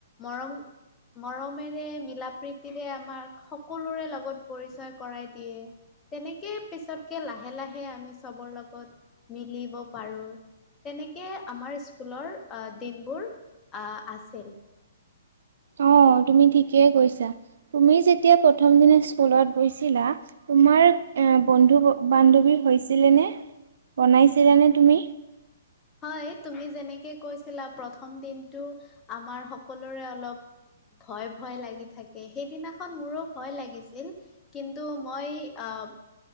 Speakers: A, on the left; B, on the right.
A: মৰং মৰমেৰে মিলা প্ৰীতিৰে আমাক সকলোৰে লগত পৰিচয় কৰাই দিয়ে। তেনেকে পিছতকে লাহে লাহে আমি চবৰ লগত মিলিব পাৰো। তেনেকে আমাৰ স্কুলৰ আ, দিনবোৰ আ, আছিল। <inaudible>
B: অ', তুমি ঠিকেই কৈছা তুমি যেতিয়া প্ৰথম দিনা স্কুলত গৈছিলা তোমাৰ এ, বন্ধু বান্ধৱী হৈছিলে নে, বনাইছিলে নে তুমি?
A: হয় তুমি যেনেকে কৈছিলা প্ৰথম দিনটো আমাৰ সকলোৰে অলপ ভয় ভয় লাগি থাকে, সেইদিনাখন মোৰো ভয় লাগিছিল কিন্তু মই আ অফ